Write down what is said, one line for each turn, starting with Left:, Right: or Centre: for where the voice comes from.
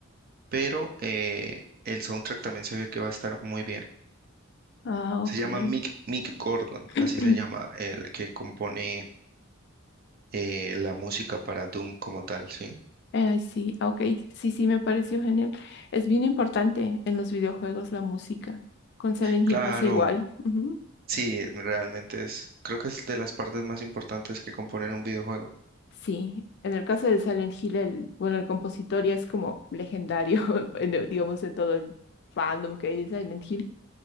Right: pero eh, el soundtrack también se ve que va a estar muy bien.
Left: Ah,
Right: Se
Left: ok.
Right: llama Mick, Mick Gordon,
Left: <clears throat>
Right: así se llama el que compone eh, la música para Doom como tal, ¿sí?
Left: Eh, sí, ah, ok, sí, sí, me pareció genial. Es bien importante en los videojuegos la música. Con Silent
Right: Claro,
Left: Hill pasa igual. Ujú.
Right: sí, realmente es, creo que es de las partes más importantes que componen un videojuego.
Left: Sí, en el caso de Silent Hill, el, bueno, el compositor ya es como legendario, <laughs> en el- digamos, en todo el fandom que hay de Silent Hill.